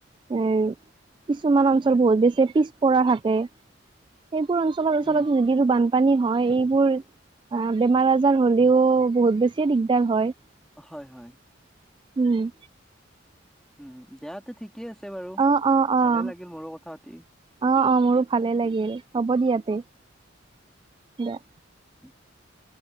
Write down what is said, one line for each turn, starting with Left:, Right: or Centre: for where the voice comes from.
Right: এ কিছুমান অঞ্চল বহুত বেছি পিছপৰা থাকে। সেইবোৰ অঞ্চলৰ আচলতে
Centre: উম,
Right: যদি যিটো বানপানী হয় এইবোৰ অ বেমাৰ আজাৰ হ'লেও বহুত বেছিয়ে দিগদাৰ হয়।
Centre: হয় হয়।
Right: উম।
Centre: উম দেয়াতো ঠিকেই আছে বাৰু,
Right: অ', অ', অ',
Centre: ভালে লাগিল মোৰো কথা পাতি।
Right: অ অ মোৰো ভালেই লাগিল হ'ব ইয়াতে দে।
Centre: <unintelligible>